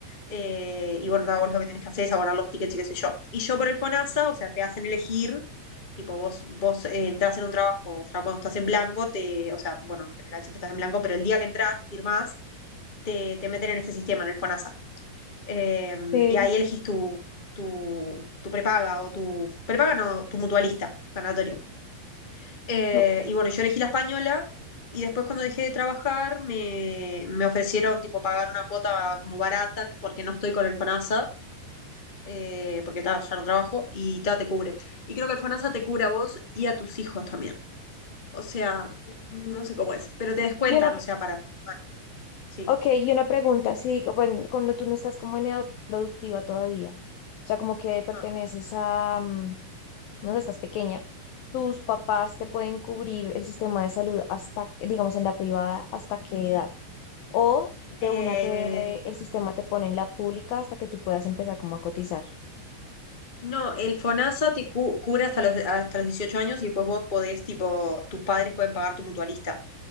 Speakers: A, on the left; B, on the left.
A: Eh, y bueno, nada, vos lo que tenés que hacer es abonar los tickets y qué sé yo. Y yo por el FONASA, o sea, te hacen elegir, tipo, vos, vos eh, entrás en un trabajo, ya cuando estás en blanco, te, o sea, bueno, en general siempre estás en blanco, pero el día que entras, firmás te, te meten en este sistema, en el FONASA. Eh,
B: Sí.
A: y ahí elegís tu, tu, tu prepaga o tu prepaga, no, tu mutualista, ganatorio. Eh,
B: Okay.
A: y bueno, yo elegí la española y después cuando dejé de trabajar me, me ofrecieron tipo pagar una cuota como barata porque no estoy con el FONASA. eh, porque ta, ya no trabajo y ta, te cubre. Y creo que el FONASA te cubre a vos y a tus hijos también. O sea,
B: Mm.
A: no sé cómo es, pero te descuentan,
B: Y una,
A: o sea, para, para sí.
B: okay, y una pregunta, sí, bueno, cuando tú no estás como en edad productiva todavía, o sea, como que perteneces
A: Ajá.
B: a, mm, no sé, estás pequeña, tus papás te pueden cubrir el sistema de salud hasta, digamos, en la privada, hasta qué edad. O de
A: Eh,
B: una te, el sistema te pone en la pública hasta que tú puedas empezar como a cotizar,
A: No, el FONASA te cu- cubre hasta los, hasta los 18 años y pues vos podés, tipo, tus padres pueden pagar tu mutualista